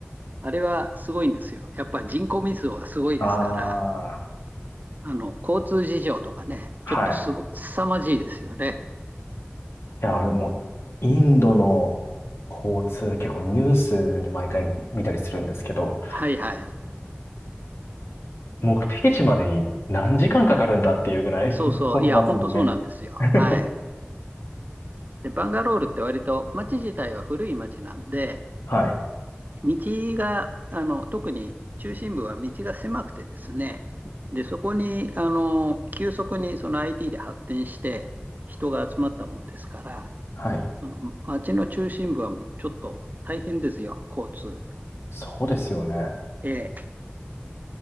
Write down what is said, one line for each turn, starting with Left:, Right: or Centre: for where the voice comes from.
Right: あれはすごいんですよ。やっぱ人口密度がすごいですから、
Left: ああ、
Right: あの、交通事情とかね、
Left: はい。
Right: ちょっとすご、凄まじいですよね。
Left: いや、でも、インドの交通、結構ニュースで毎回見たりするんですけど、
Right: はいはい。
Left: 目的地までに何時間かかるんだっていうぐらい
Right: そうそう。
Left: <laughs> 混んでますもんね。
Right: いや、本当そうなんですよ。
Left: <laughs>
Right: はい。で、バンガロールって割と街自体は古い街なんで、
Left: はい。
Right: 道が、あの、特に中心部は道が狭くてですね、で、そこに、あの、急速にその IT で発展して人が集まったもんですから、
Left: はい。
Right: その街の中心部はもうちょっと大変ですよ、交通。
Left: そうですよね。
Right: ええ